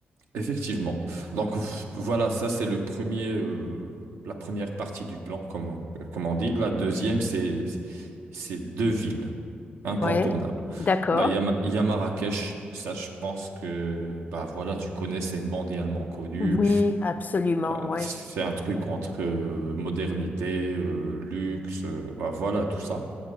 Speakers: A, on the right; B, on the left.
A: Effectivement. Donc f- voilà, ça c'est le premier, euh, la première partie du plan, comme on, euh, comme on dit. La deuxième, c'est c'est deux villes incontournables.
B: Ouais, d'accord.
A: Bah, il y a, Ma- il y a Marrakech, ça je pense que bah voilà, tu connais, c'est mondialement connu.
B: Oui, absolument,
A: Euh,
B: ouais.
A: C'est un truc entre euh, modernité, euh, luxe, euh, bah voilà, tout ça.